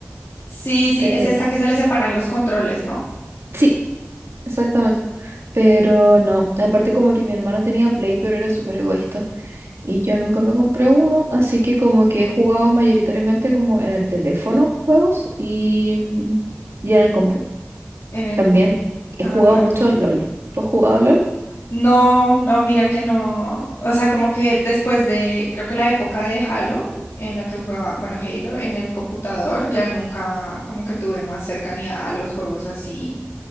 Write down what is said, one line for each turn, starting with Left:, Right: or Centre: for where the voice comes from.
Left: Sí, sí,
Right: Pero
Left: es esta que se le separan los controles, ¿no?
Right: sí, exactamente. Pero no, aparte como que mi hermano tenía Play pero era súper egoísta y yo nunca me compré uno, así que como que he jugado mayoritariamente como en el teléfono juegos y, y en el compu.
Left: En el...
Right: También he
Left: Ah,
Right: jugado
Left: claro.
Right: mucho LOL. ¿Tú has jugado LOL?
Left: No, no, mira que no. O sea, como que después de, creo que la época de Halo, en la que jugaba, bueno, Halo en el computador, ya nunca como que tuve más cercanía a los juegos así